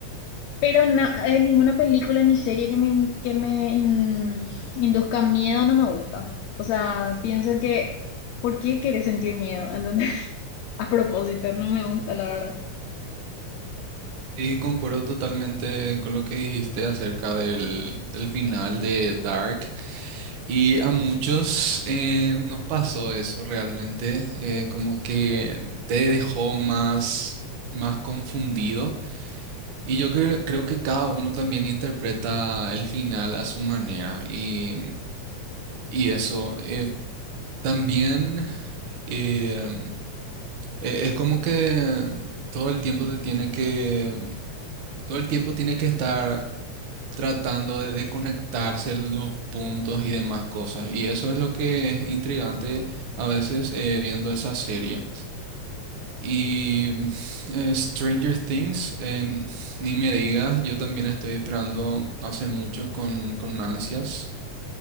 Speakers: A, on the left; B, on the right.
A: Pero na- eh, ninguna película ni serie que me, in- que me in- induzca miedo no me gusta. O sea, pienso que, ¿por qué querés sentir miedo? ¿Entendés? <laughs> A propósito, no me gusta, la verdad.
B: Y concuerdo totalmente con lo que dijiste acerca del, del final de Dark. Y a muchos eh, nos pasó eso realmente, eh, como que te dejó más, más confundido. Y yo cre- creo que cada uno también interpreta el final a su manera. Y, y eso eh, también eh, e- es como que todo el tiempo te tiene que... Todo el tiempo tiene que estar tratando de, de conectarse los puntos y demás cosas. Y eso es lo que es intrigante a veces eh, viendo esa serie. Y eh, Stranger Things, en- ni me digas, yo también estoy esperando hace mucho con, con ansias.